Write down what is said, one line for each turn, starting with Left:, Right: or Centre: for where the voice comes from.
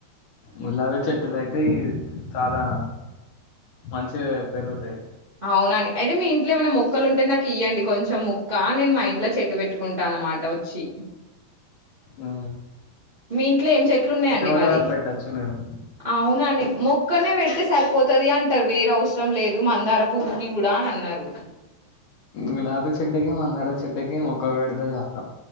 Left: గులాబి చెట్టులు అయితే ఈ చాలా మంచిగా పెరుగుతాయి
Right: అవునండి అయితే మీ ఇంట్లో ఏమైనా ముక్కలు ఉంటే నాకు ఇవ్వండి కొంచెం ముక్కా నేను మా ఇంట్లో చెట్ ట్టు పెట్టుకుంటాన్నమాట వచ్చి
Left: ఆ
Right: మీ ఇంట్లో ఏం చెట్లు ఉన్నాయండి
Left: కూడా
Right: మరి
Left: పెట్టచ్చు మీరు
Right: అవునండి మొక్కనే పెడితే సరిపోతది అంటరు వేరు అవసరం లేదు మందార పువ్వుకి కూడ అనన్నారు
Left: గులాబి చెట్టుకి మందార చె చెట్టుకి మొక్క పెడితే చాలు